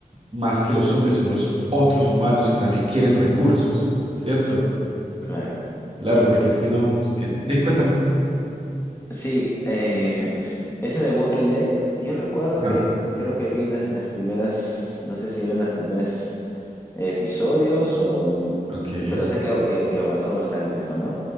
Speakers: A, on the right; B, on the left.
A: más que los zombies son los otros humanos que también quieren recursos, ¿cierto?
B: claro.
A: Claro, porque es que uno tiene... Di, cuéntame.
B: Sí, eh, ese de Walking Dead, yo recuerdo
A: Ah,
B: que creo que vi las, las primeras, no sé si eran las primeras. episodios, o...
A: ok.
B: pero sé que, que- que avanzó bastante eso, ¿no?